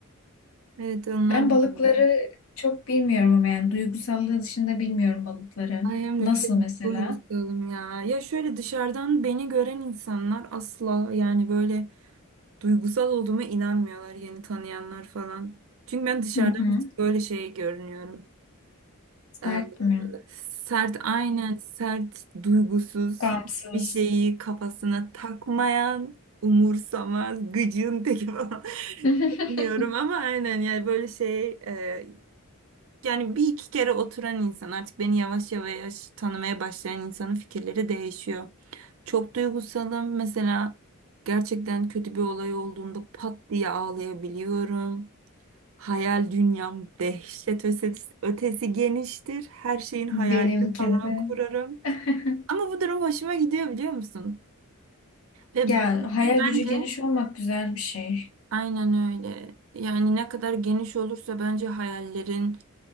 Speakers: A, on the right; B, on the left.
A: Evet onlar
B: Ben
A: da
B: balıkları
A: böyle.
B: çok bilmiyorum ama yani duygusallığı dışında bilmiyorum balıkları.
A: Ay hem
B: Nasıl
A: de çok
B: mesela?
A: duygusalım ya. Ya şöyle dışarıdan beni gören insanlar asla yani böyle duygusal olduğuma inanmıyorlar yeni tanıyanlar falan. Çünkü ben dışarıdan
B: Hı hı.
A: bir tık böyle şey görünüyorum.
B: Sert
A: Ee,
B: mi?
A: sert aynen sert duygusuz
B: Gamsız.
A: hiçbir şeyi kafasına takmayan umursamaz gıcığın teki falan.
B: <laughs>
A: <laughs> Bilmiyorum ama aynen yani böyle şey e, yani bir iki kere oturan insan artık beni yavaş yavaş tanımaya başlayan insanın fikirleri değişiyor. Çok duygusalım. Mesela gerçekten kötü bir olay olduğunda pat diye ağlayabiliyorum. Hayal dünyam dehşet ötesi, ötesi geniştir. Her şeyin hayalini
B: Benimki
A: falan
B: de.
A: kurarım.
B: <laughs>
A: Ama bu durum hoşuma gidiyor biliyor musun? Ve
B: Ya
A: çünkü
B: hayal
A: bence
B: gücü geniş olmak güzel bir şey.
A: aynen öyle. Yani ne kadar geniş olursa bence hayallerin